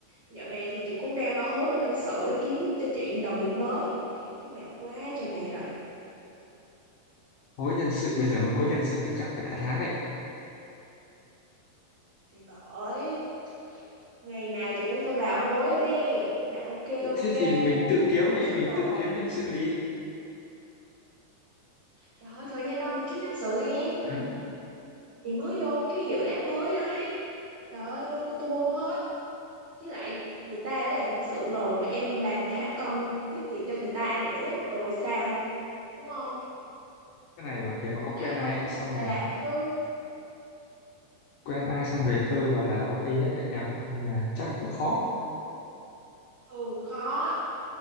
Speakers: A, on the right; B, on the left.
A: dạo này thì chị cũng đang ở hối bên nhân sự để kiếm cho chị một đồng nghiệp mới chứ mệt quá trời mệt rồi
B: hối nhân sự bây giờ mà hối nhân sự thì chắc phải cả tháng đấy
A: thì bởi ngày nào chị cũng phải vào hối hết đi mà ok ok
B: thế thì mình tự
A: sắp
B: kiếm
A: rồi
B: đi
A: sắp
B: mình
A: rồi
B: tự kiếm nhân sự đi
A: trời ơi thời gian đâu mà kiếm nhân sự em
B: <laughs>
A: chị mới vô cái dự án mới đó Trời ơi, lu tu bu hết. Chứ lại người ta đã là nhân sự rồi mà em làm tham công tiếp việc cho người ta nữa. Rồi sao? Đúng không?
B: cái này mà cái mà
A: Cũng
B: có
A: phải tạo
B: quen ai
A: cơ hội
B: ấy, xong
A: cho người
B: rồi
A: ta làm chứ.
B: quen ai xong về phơ vào là ok nhất đấy nhờ nhưng mà chắc là cũng khó
A: Ừ, khó.